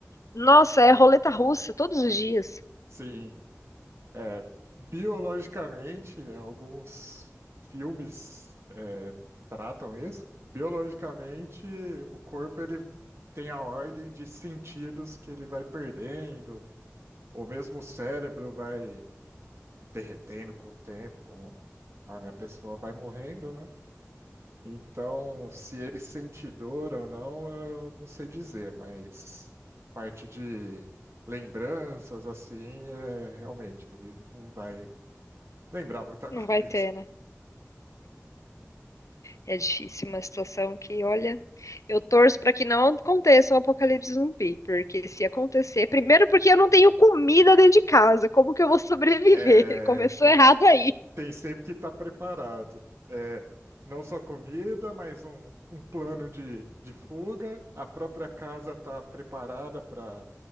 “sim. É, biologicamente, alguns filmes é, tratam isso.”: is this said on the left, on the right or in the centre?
Right